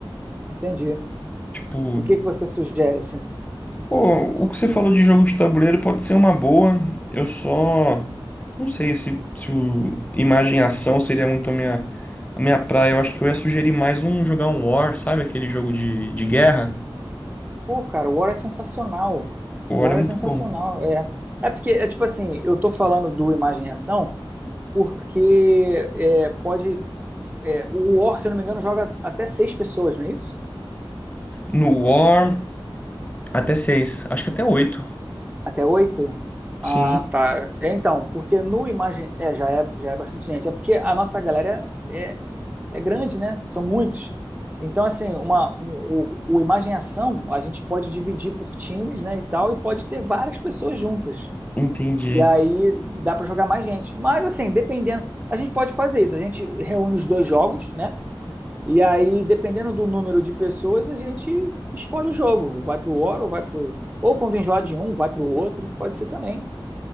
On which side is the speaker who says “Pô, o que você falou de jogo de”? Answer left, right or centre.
Left